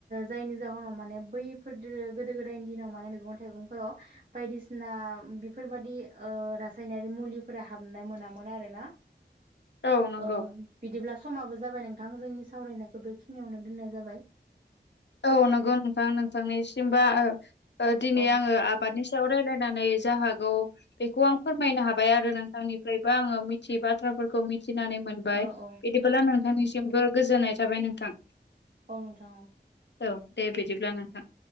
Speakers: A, on the right; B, on the left.
A: जायनि जाहोनाव माने बैफोर गोदो गोदायनि दिनाव माने मैगं थाइगंफोराव बायदिसिना बेफोरबायदि ओ रासायनारि मुलिफोरा हाबनाय मोनामोन आरो ना।
B: औ नंगौ
A: ओ बिदिब्ला समाबो जाबाय नोंथां जोंनि सावरायनायखौ बेखिनियावनो दोननाय जाबाय।
B: औ नंगौ नोंथां नोंथांनिसिमबो दिनै
A: औ
B: आङो आबादनि रायलायनानै जा हागौ बेखौ आं फोरमायनो हाबाय आरो नोंथांनिफ्राय बा आंयो मिथियै बाथ्राफोरखौ मिथिनानै मोनबाय
A: औ औ
B: ला नोंथांनिसिमबो गोजोननाय थाबाय नोंथां
A: औ नोंथां औ
B: औ दे बिदिब्ला नोंथां।